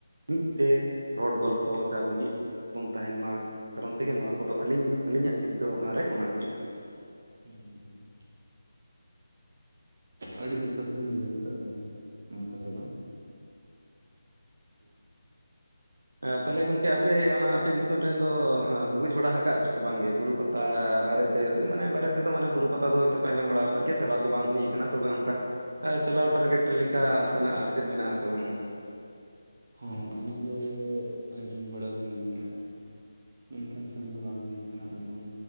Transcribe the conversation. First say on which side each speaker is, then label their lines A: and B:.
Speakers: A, on the right (about 75°); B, on the right (about 45°).
A: ᱢᱤᱫ ᱛᱮ ᱨᱚᱲ ᱜᱚᱞᱯᱷᱚ ᱥᱮ ᱟᱵᱚ ᱢᱤᱫ ᱡᱩᱢᱤᱫ ᱵᱚᱱ ᱛᱟᱦᱮᱱ ᱢᱟ ᱚᱱᱟ ᱠᱟᱨᱚᱱ ᱛᱮᱜᱮ ᱱᱚᱣᱟ ᱠᱚᱫᱚ ᱟᱹᱞᱤᱧ ᱟᱹᱞᱤᱧᱟᱜ ᱪᱤᱱᱛᱟᱹ ᱵᱷᱟᱵᱽᱱᱟ ᱨᱮ ᱚᱱᱟ ᱦᱤᱡᱩᱜ ᱠᱟᱱᱟ
B: ᱦᱩᱸ ᱦᱩᱸ ᱟᱹᱰᱤ ᱡᱚᱛᱷᱟᱛᱵᱤᱱ ᱞᱟᱹᱭ ᱠᱟᱫᱟ ᱟᱹᱵᱤᱱ ᱦᱚᱸ ᱱᱚᱣᱟ ᱠᱟᱛᱷᱟ ᱫᱚ
A: ᱦᱮᱸ ᱮᱸ ᱛᱟᱦᱞᱮ ᱜᱚᱝᱠᱮ ᱟᱯᱮ ᱚᱱᱟ ᱟᱯᱮ ᱫᱤᱥᱚᱢ ᱨᱮᱱ ᱫᱚ ᱵᱩᱡᱽ ᱵᱟᱲᱟ ᱠᱟᱜ ᱯᱮᱥᱮ ᱵᱟᱝᱜᱮ ᱵᱩᱨᱩ ᱯᱟ ᱛᱟ ᱵᱟᱨᱮᱛᱮ ᱢᱟᱱᱮ ᱵᱟᱨᱮ ᱛᱮᱫᱚ ᱢᱟᱱᱮ ᱵᱩᱨᱩ ᱯᱟᱛᱟ ᱫᱚ ᱦᱭᱛᱳ ᱯᱮ ᱟᱸᱡᱚᱢ ᱵᱟᱲᱟ ᱟᱠᱟᱫ ᱜᱮᱭᱟ ᱪᱟᱞᱟᱣ ᱫᱚ ᱵᱟᱝ ᱦᱩᱭ ᱠᱟᱱᱟ ᱛᱚᱵᱮ ᱚᱱᱠᱟ ᱪᱟᱞᱟᱣ ᱴᱟᱨᱜᱮᱴ ᱞᱮᱠᱟ ᱚᱱᱠᱟᱱᱟᱜ ᱟᱨ ᱪᱮᱫ ᱢᱮᱱᱟᱜ-ᱟ ᱥᱮ ᱵᱟᱝ
B: ᱦᱚᱸ ᱚᱱᱟ ᱫᱚ ᱟᱸᱡᱚᱢ ᱵᱟᱲᱟ ᱦᱩᱭᱩ ᱠᱟᱱᱟ ᱢᱮᱱᱠᱷᱟᱱ ᱥᱮᱱ ᱫᱚ ᱵᱟᱝ ᱦᱩᱭ ᱠᱟᱱᱟ ᱟᱸᱡᱚᱢ